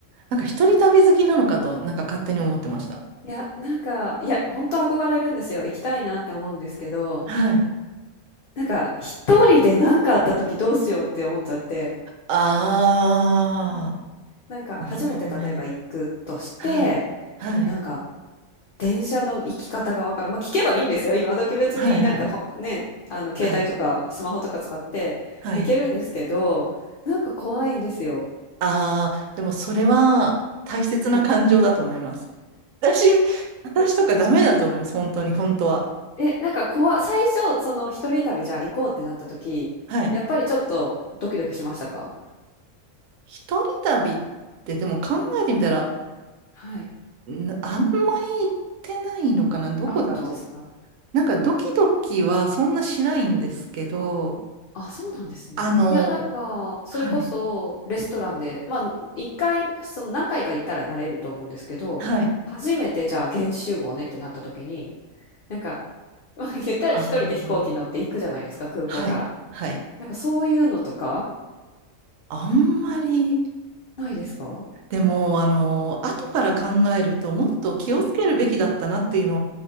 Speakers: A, on the right (about 75°); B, on the left (about 60°).
A: なんか一人旅好きなのかと、なんか勝手に思ってました。
B: いや、なんか、いや、本当憧れるんですよ。行きたいなって思うんですけど、
A: はい。
B: なんか、一人で何かあった時どうしようって思っちゃって、
A: あ
B: うんなんか、
A: ー、なるほど。
B: 初めて例えば行くとして、
A: どね。はい。はい。
B: なんか、電車の行き方がわからん。まあ、聞けばいいんですよ。今時別になんかほね、
A: はい、はい。
B: あの、携帯とかスマホとか使って行けるんですけど、
A: はい。はい。
B: なんか怖いんですよ。
A: あー、でもそれは大切な感情だと思います。
B: はい。
A: 私、私とかダメだと思います。本当に、本当は。
B: え、なんか怖い、最初、その一人旅じゃあ行こうってなった時、
A: はい。
B: やっぱりちょっとドキドキしましたか
A: 一人旅って、でも考えてみたら、
B: はい。
A: なあんまり行ってないのかなどこだろう
B: あ、本当ですか
A: なんかドキドキはそんなしないんですけど、
B: あ、そうなんですね。
A: あの、
B: いや、なんか、それこそ、
A: はい、
B: レストランで、まあ、一回、その何回か行ったら慣れると思うんですけど、
A: はい、
B: 初めてじゃあ現地集合ねってなった時に、なんか、<laughs> まあ言ったら一人で飛行機乗って行くじゃないですか、
A: あー
B: 空港から。
A: はい、はい。
B: なんかそういうのとか、
A: あんまり、
B: ないですか
A: でも、あの、後から考えると、もっと気をつけるべきだったなっていうのは、
B: はい。